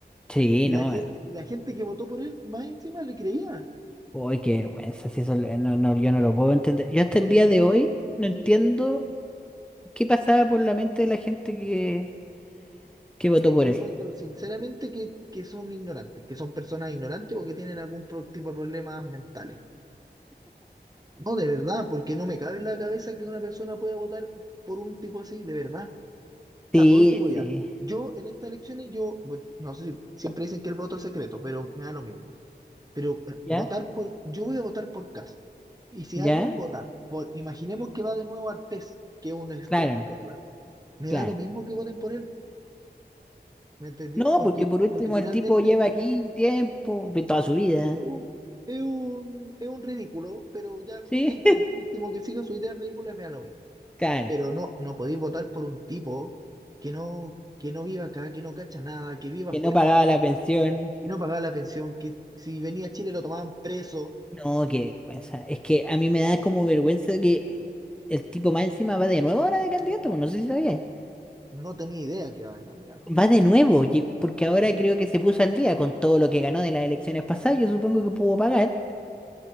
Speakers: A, in the centre; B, on the right.
A: Sí,
B: Y
A: no.
B: la gente, y la gente que votó por él, más encima le creía.
A: Uy, qué vergüenza, si eso lo- eh, no, no, yo no lo puedo entender. Yo hasta
B: Entonces,
A: el día de hoy no entiendo qué pasaba por la mente de la gente que, que
B: O
A: votó
B: sea,
A: por
B: yo
A: él.
B: encuentro sinceramente que, que son ignorantes, que son personas ignorantes o que tienen algún pro- tipo de problemas mentales. No, de verdad, porque no me cabe en la cabeza que una persona pueda votar por un tipo así, de verdad.
A: Sí,
B: O sea, por último ya,
A: sí.
B: yo en estas elecciones, yo, bu- no sé si siempre dicen que el voto es secreto, pero me da lo mismo. Pero eh,
A: ¿Ya?
B: votar por, yo voy a votar por Kast. Y si
A: ¿Ya?
B: alguien vota por, imaginemos que va de nuevo Artés, que es una extrema
A: Claro,
B: izquierda, me
A: claro.
B: da lo mismo que voten por él. ¿Me entendí?
A: No,
B: Porque,
A: porque por último
B: porque finalmente
A: el tipo lleva aquí tiempo, de toda su vida.
B: Y Es un, es un, es un ridículo, pero ya
A: Sí,
B: gente
A: <laughs>
B: por último que siga su idea ridícula me da lo mismo.
A: claro.
B: Pero no, no podéis votar por un tipo que no, que no viva acá, que no cacha nada, que viva
A: Que
B: afuera,
A: no pagaba la pensión.
B: que no pagaba la pensión, que si venía a Chile lo tomaban preso,
A: No, qué vergüenza. Es que a mí me da como vergüenza que el tipo más encima va de nuevo ahora de candidato, pues no sé si sabía.
B: no tenía idea que iba de candidato.
A: Va de nuevo, ye- porque ahora creo que se puso al día con todo lo que ganó de las elecciones pasadas. Yo supongo que pudo pagar,